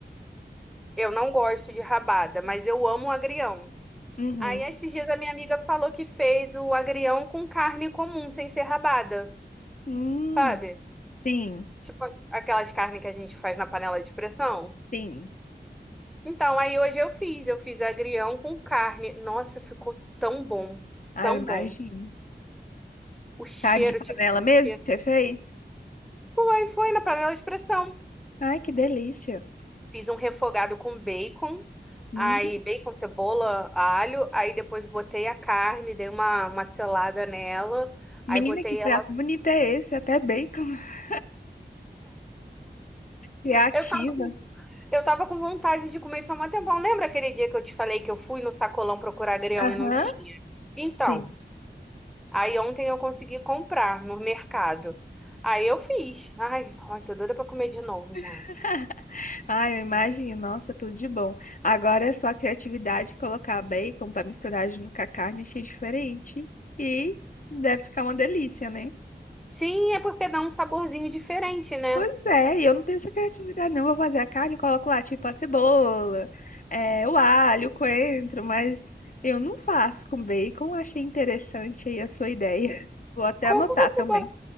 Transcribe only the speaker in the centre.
Eu não gosto de rabada, mas eu amo o agrião.
Aí, esses dias, a minha amiga falou que fez o agrião com carne comum, sem ser rabada,
sabe?
Tipo aquelas carnes que a gente faz na panela de pressão.
Então, aí hoje eu fiz, eu fiz agrião com carne. Nossa, ficou tão bom,
tão
bom. O cheiro,
tinha que ter
o cheiro.
Foi, foi na panela de expressão.
Fiz um refogado com bacon,
aí bacon, cebola, alho, aí depois botei a carne, dei uma, uma selada nela,
aí botei
ela.
Eu tava, com- eu tava com vontade de comer só um tempão. Lembra aquele dia que eu te falei que eu fui no sacolão procurar agrião
e não tinha? Então.
Aí ontem eu consegui comprar no mercado. Aí eu fiz. Ai, ai, tô doida pra comer de novo já.
Sim, é porque dá um saborzinho diferente, né?
Como
você
bota,